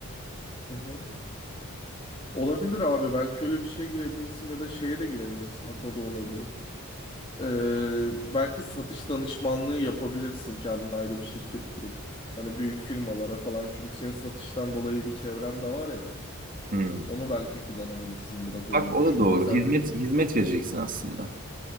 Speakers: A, on the left; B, on the right.
A: Hı hı. Olabilir abi. Belki öyle bir şeye girebilirsin ya da şeye de girebilirsin. Bak o da olabilir. Ee, belki satış danışmanlığı yapabilirsin kendine ayrı bir şirket kurup. Hani büyük firmalara falan. Çünkü senin satıştan dolayı bir çevren de var ya.
B: Hmm.
A: Onu belki kullanabilirsin biraz öyle
B: Bak o
A: düşündüm.
B: da doğru.
A: Sen
B: Hizmet
A: ne diyorsun?
B: hizmet vereceksin aslında.